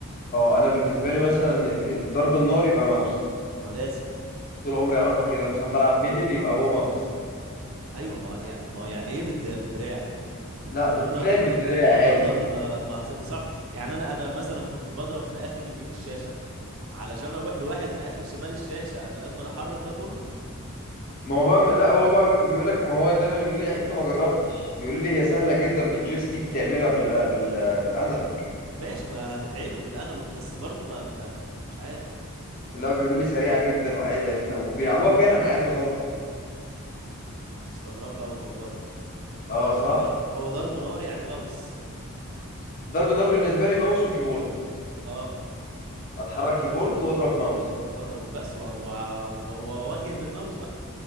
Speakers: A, on the left (about 40°); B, on the right (about 65°).
A: اه انا بالنسبة لي مثلا ال- الضرب النار يبقى ماوس
B: ما لازم
A: طول عمري اعرفها كده مثلا بلعب ميدل يبقى هو ماوس
B: ايوه ما يع- ما يعني ايه بالد- بالدراع بالكنترولر
A: لا بتتلعب
B: بالكنترولر
A: بالدراع عادي
B: برضه
A: بتت...
B: هتبقى ما هتبقى صعب يعني انا انا مثلا كنت بضرب في اخر يمين الشاشه علشان اروح لواحد في اخر شمال الشاشه لازم أنا احرك ده كله
A: ما هو بقى لا هو بقى بيقول لك ما هو دايما يقول لي انت ما جربتش يقول لي هي سهله جدا بالجويستيك بتعملها بال... بال... بالانالوج
B: ماشي ما هتتعمل بالانالوج بس برضه ما ما- ما- مش عارف
A: لا بيقولوا لي سريعه جدا وعادي اكن وبيلعبوها فعلا عادي خالص
B: انا مستغرب بقى الموضوع ده
A: اه
B: انما
A: صح
B: هو ضرب نار يعني موس
A: ضرب النار بالنسبه لي ماوس وكيبورد
B: اه
A: اتحرك كيبورد واضرب ماوس
B: و- وبس و- و- و- واوجه بالماوس بقى